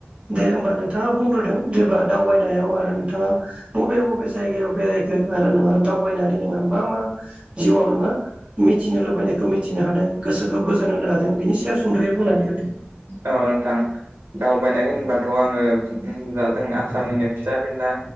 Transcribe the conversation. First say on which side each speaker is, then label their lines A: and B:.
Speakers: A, on the right; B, on the right.
A: दे होमबा नोंथाङा बुंग्रोदो जेनेबा दावबायनायाव आरो नोंथाङा बबे बबे जायगायाव बेरायखो आरो नोङा दावबायनानै नोंहा मा मा जिउआव नोङो मिथिनो लुबैनायखौ मिथिनो हादों गोसो खौ गोजोन होनो हादों बिनि सायाव सुंद'यै बुंनानै होदों
B: औ नोंथां दावबायनाय होनोबाथ' आङो द जों आसामनिनो फिसा फिनला